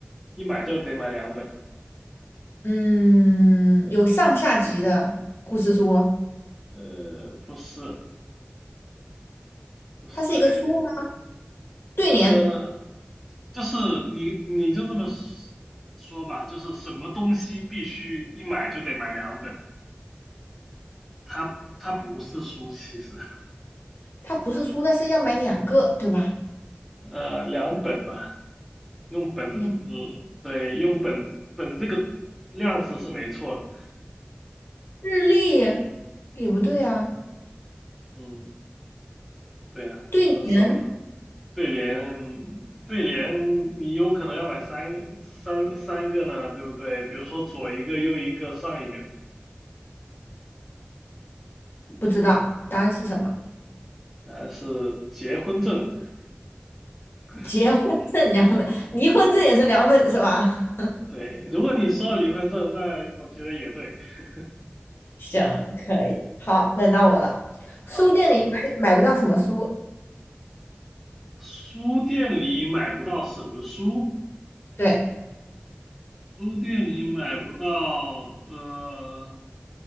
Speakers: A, in the centre; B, on the left.
A: 一买就得买两本。
B: 嗯，有上下集的故事书哦，
A: 呃，不是，不是，
B: 它是一个书吗？
A: 哎，
B: 对联，
A: 呃，就是你你就这么说说吧，就是什么东西必须一买就得买两本，它它不是书，其实。
B: 它不是书，但是要买两个，对吧？
A: 呃，两本嘛，用本，嗯，
B: 两
A: 对，用本本这个量词是没错的，
B: 日历也不对啊，
A: 嗯，对呀，
B: 对联
A: 这是什么呢？对联，对联，你有可能要买三三三个呢，对不对？比如说左一个，右一个，上一个，
B: 不知道答案是什么？
A: 但是结婚证，<laughs>
B: 结婚证两本，离婚证也是两本是吧？
A: 对，如果你说离婚证，那我觉得也对。<laughs>
B: 行，可以，好，轮到我了。
A: 好，
B: 书店里买买不到什么书？
A: 书店里买不到什么书？
B: 对，
A: 书店里买不到，呃。